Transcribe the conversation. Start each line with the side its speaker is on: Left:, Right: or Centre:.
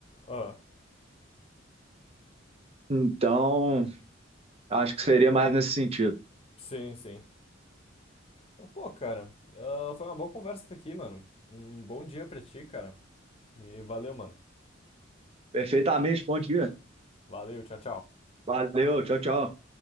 Left: Ah,
Right: Então, acho que seria mais nesse sentido.
Left: sim, sim. Ah, Pô, cara, ah, foi uma boa conversa aqui, mano. Um bom dia pra ti, cara. E valeu, mano.
Right: Perfeitamente, bom dia.
Left: Valeu, tchau, tchau.
Right: Valeu, tchau, tchau.